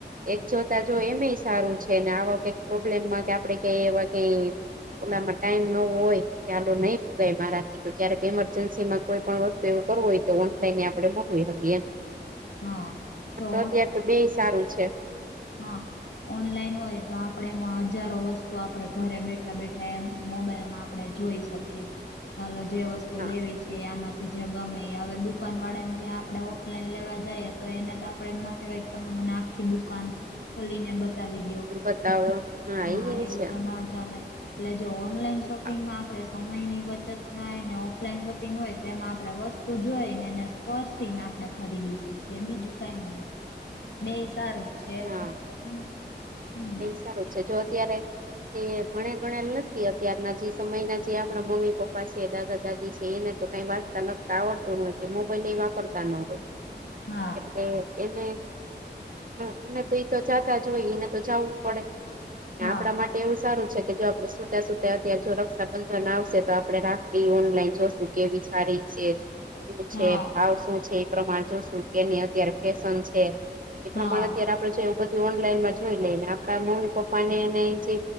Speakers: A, on the right; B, on the left.
A: એક જોતા જો એમે ય સારું છે, ને આવા કઈક પ્રોબ્લેમમાં કે આપડે કઈ એવા કઈ ઓલામાં ટાઈમ ન હોય તો હાલો નહીં પુગાય મારાથી તો ક્યારેક ઇમરજન્સીમાં કોઈ પણ વસ્તુ એવું કરવું હોય તો ઓનલાઈન આપણેે મોકલી હકીએ એમ <unintelligible>
B: હા જો
A: અત્યાર તો બેય સારું છે.
B: હ. ઓનલાઈન હોય તો આપડે એમાં હજારો વસ્તુ આપડે ઘરે બેઠા બેઠા એમ મોબાઈલમાં આપડે જોઈ શકીએ અલો જે વસ્તુ
A: હા
B: લેવી છે, એ આમા થી જે ગમે ઈ હવે દુકાન વાળા ને ત્યાં આપણે ઓફલાઈન લેવા જાઈએ તો એને તો આપડે એમ ન કહેવાય તમે મને આખી દુકાન ખોલીને બ તાવી દયો
A: બતાવો
B: હા
A: એ
B: એવું
A: છે.
B: તો ના ચાલે એટલે જો ઓનલાઈન શોપિંગમાં
A: હા
B: આપડે સમયની બચત થાય ને ઓફલાઈન શોપિંગ હોય તો એમાં આપણે વસ્તુ જોઈનેને પરસી ને આપણે ખરીદી શકીએ બીજું કાઈ નહી બેય સારું છે.
A: હા
B: હમ હમ.
A: એ સારું છે, જો અત્યારે જે ભણેલ ગણેલ ન થી અત્યારના જે સમયના જે આપણા મમ્મી પપ્પા છે, દાદા દાદી છે, એને તો કાંઈઈ વાંચતા લખતા આવડ તું નથી મોબાઈલ એ વાપર તા ન હોય
B: હા
A: એટલે એને એને એને તો ઈ તો જાતા જ હોય એને તો જાવું જ પડે
B: હા
A: આપણા મા ટેવુ સારું છે, કે જો આપણે સુતા સુતા અત્યારે જો રક્ષાબંધન આવશે તો આપણે રાખડી ઓનલાઈન જોશું કેવી હારી છે સુ છે
B: હા
A: ભાવ શું છે ઈ પ્રમાણે જોશું કેની અત્યારે ફેશન છે એ
B: હા
A: પ્રમાણે અત્યારે
B: હા.
A: આપળે જો એવુ બધું ઓનલાઈનમાં જોઈ લઈ ને આપળા મમ્મી પપ્પા ને અને જે